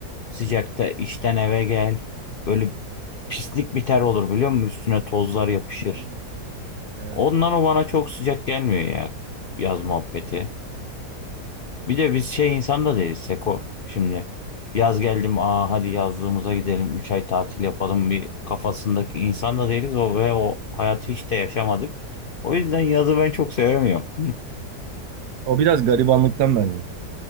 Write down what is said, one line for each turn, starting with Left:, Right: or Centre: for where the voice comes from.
Left: sıcakta işten eve gel. Böyle pislik bir ter olur biliyor musun? Üstüne tozlar yapışır.
Right: Hmm, Evet
Left: Ondan o bana çok sıcak gelmiyor ya yaz muhabbeti. Bir de biz şey insan da değiliz Seko. Şimdi yaz geldim aa hadi yazlığımıza gidelim 3 ay tatil yapalım bir kafasındaki insan da değiliz o ve o hayatı hiç de yaşamadık. O yüzden yazı ben çok sevemiyorum. <laughs>
Right: O biraz garibanlıktan bence.